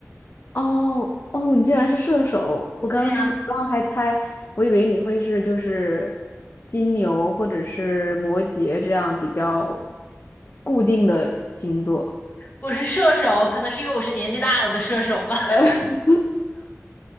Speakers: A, on the left; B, on the left.
A: 哦哦，你竟然是射手！我刚刚是刚刚还猜，
B: 对呀。
A: 我以为你会是就是金牛或者是摩羯这样比较固定的星座。
B: 我是射手，可能是因为我是年纪大了的射手吧。
A: <laughs>